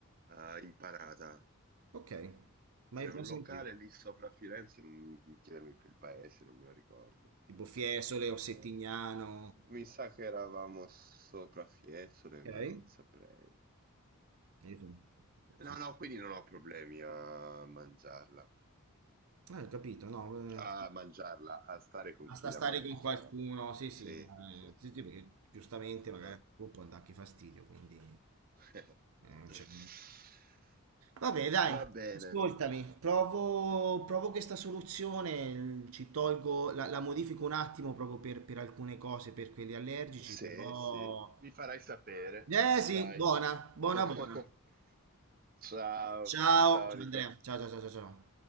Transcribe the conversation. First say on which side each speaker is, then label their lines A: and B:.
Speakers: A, on the right; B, on the right.
A: eh, impanata.
B: Ok, mai,
A: C'è un
B: mai sentito.
A: locale lì sopra a Firenze, non mi chiedermi più il paese, non me lo ricordo.
B: Tipo Fiesole o
A: Eh,
B: Settignano.
A: mi sa che eravamo sopra Fiesole, ma
B: Ok?
A: non saprei.
B: Io sono- sono-
A: No, no, quindi non ho problemi a mangiarla.
B: Eh, ho capito, no, eh,
A: A mangiarla, a stare con
B: Basta
A: chi la
B: stare
A: mangia.
B: con qualcuno, sì,
A: Sì,
B: sì, ma,
A: sì,
B: eh, sì,
A: sì.
B: sì, perché giustamente magari
A: Eh.
B: a quel punto anche fastidio, quindi
A: <laughs>
B: eh, cioè, Vabbè, dai,
A: Va bene.
B: ascoltami, provo, provo questa soluzione, ci tolgo, la, la modifico un attimo proprio per, per alcune cose, per quelli allergici,
A: Sì,
B: però...
A: sì, mi farai sapere,
B: Eh sì,
A: dai.
B: buona, buona,
A: <laughs>
B: buona.
A: Ciao,
B: Ciao,
A: ciao
B: ciao
A: Nico.
B: Andrea, ciao, ciao, ciao, ciao. ciao.